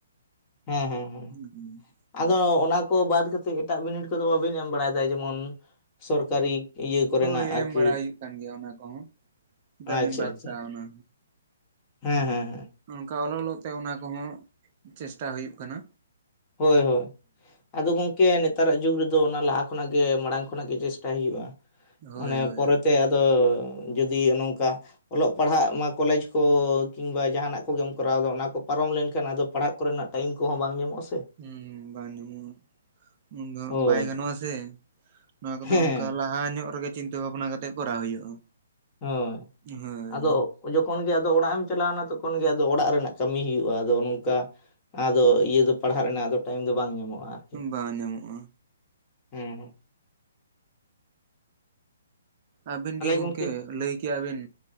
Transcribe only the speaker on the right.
ᱦᱩᱸ ᱦᱩᱸ
ᱦᱳᱭ
ᱮᱢ ᱵᱟᱲᱟ ᱦᱩᱭᱩᱜ ᱠᱟᱱ ᱜᱮᱭᱟ ᱚᱱᱟ ᱠᱚᱦᱚᱸ ᱪᱮᱫᱟᱜ
ᱵᱮᱱ ᱵᱟᱫ
ᱠᱟᱜᱼᱟ ᱚᱱᱟ
ᱚᱱᱠᱟ ᱚᱞᱚᱞᱚᱜ ᱛᱮ ᱚᱱᱟ ᱠᱚᱦᱚᱸ ᱪᱮᱥᱴᱟ ᱦᱩᱭᱩᱜ ᱠᱟᱱᱟ
ᱦᱳᱭ
ᱦᱳᱭ
ᱦᱩ ᱵᱟᱝ ᱧᱟᱢᱚᱜᱼᱟ ᱩᱱᱫᱚ ᱦᱟᱜ
ᱵᱟᱭ ᱜᱟᱱᱚᱜᱼᱟ ᱥᱮ ᱱᱚᱣᱟ ᱠᱚᱫᱚ
ᱚᱱᱠᱟ ᱞᱟᱦᱟ ᱧᱚᱜ ᱨᱮᱜᱮ ᱪᱤᱱᱛᱟᱹ ᱵᱷᱟᱵᱱᱟ ᱠᱟᱛᱮᱜ ᱠᱚᱨᱟᱣ ᱦᱩᱭᱩᱜᱼᱟ
ᱦᱳᱭ
ᱵᱟᱝ ᱧᱟᱢᱚᱜᱼᱟ
ᱟᱵᱤᱱ
ᱜᱤ ᱜᱚᱝᱠᱮ
ᱞᱟᱹᱭ ᱠᱮᱜᱼᱟ ᱵᱤᱱ